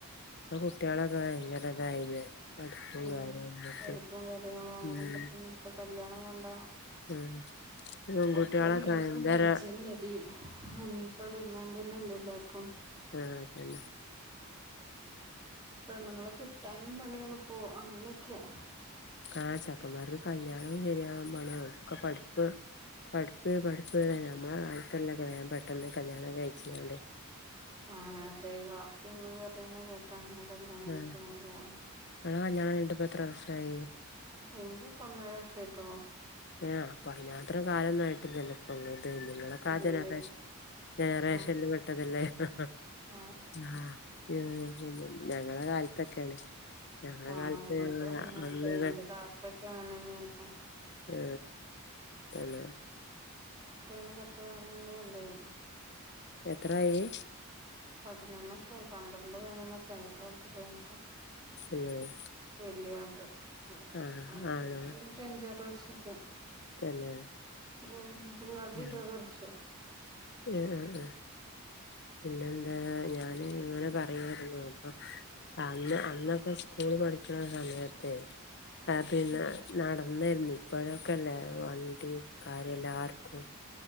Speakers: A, on the left; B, on the right.
A: ആ കുട്ടികളൊക്കെ ഭയങ്കര ഇതായില്ലേ പഠിപ്പും
B: ഉ
A: കാര്യായിട്ട്
B: പഠിപ്പും കാര്യങ്ങളും അങ്ങനെൊക്കെ
A: ഉം
B: തന്നെ ഇപ്പ കല്യാണം വേണ്ട
A: ഉം പെൺകുട്ട്യാളൊക്കെ
B: ഒക്കെ എല്ലാർക്കും
A: ഭയങ്കര
B: പഠിച്ചാ മതി ഉം ഇപ്പ ഡിമാൻഡ് തന്നല്ലെ എല്ലാർക്കും
A: ആ അതല്ലെ
B: പെണ്ണുങ്ങളെ കിട്ടാനും പണിയാണിപ്പോ അങ്ങനൊക്കെയാ
A: ആ ചെക്കന്മാർക്ക് കല്യാണം ശെരിയാവാൻ പണിയ ഒക്കെ പഠിപ്പ് പഠിപ്പ് പഠിപ് നമ്മളെ കാലത്തല്ല വേ പെട്ടെന്ന് കല്യാണം കഴിച്ക്കാണ്ട്
B: ആ അതെ ബാപ്പേം ഉമ്മേം പറയണ കേട്ടങ്ങനെ കല്ലിയാണം കായിച്ചങ്ങനെ
A: ആഹ്
B: പോവാ
A: ഇങ്ങളെ കല്യാണം കഴിഞ്ഞിട്ട് ഇപ്പൊ എത്ര വർഷായി
B: എന്റുപ്പ ഒന്നര വർഷ ആട്ടുള്ളൂ
A: ആ അപ്പൊ അതിനത്ര കാലൊന്നുമായിട്ടില്ലല്ലോ ഇപ്പ ങൾ അത നിങ്ങളൊക്കെ
B: ഇല്ലേ
A: ആ ജനറേഷൻ ജനറേഷനിപ്പെട്ടതല്ലേ
B: ആ
A: ഹ
B: ആ
A: ഹ ആ പിന്നെ ഞങ്ങളെ കാലത്തൊക്കെയാണ് ഞങ്ങളെ
B: ആ
A: കാലത്ത്
B: അങ്ങോട്ട്‌ വന്ന്ങ്ങാണ്ട്
A: അന്ന്
B: എന്റെ താത്തയ്ക്ക് കാണനേ ഇപ്പൊ
A: ആ എന്ന
B: ളെ പത്തെ പതിനൊന്നു കൊല്ലായി
A: എത്രായി
B: പതിനൊന്നൊക്കെ ആയി പന്ത്രണ്ട് പതിനൊന്നൊക്കെ ആയി ഒള്ത കഴിഞ്ഞിട്ട്
A: ഏഹ്
B: വല്യോൾത്
A: ആഹ്
B: മാറ്റയോത്ത്
A: ആണോ
B: കയിഞ്ഞിട്ട് അഞ്ച വർ തുറസക്ക്
A: തന്നെ
B: ഉം നദിട്ട്
A: ഞാൻ
B: തർശ്ശോ
A: ആഹ് ആഹ് ആഹ് പിന്നെന്താ ഞൻ ഇങ്ങനെ പറയു മാരുന്നു അപ്പൊ അന്ന് അന്നൊക്കെ സ്കൂള് പഠിക്കണ സമയത്തെ അ പിന്നെ
B: ഉം
A: നടന്നാരുന്നു ഇപ്പോഴൊക്കെല്ലേ വണ്ടിയും കാര്യല്ലാർക്കും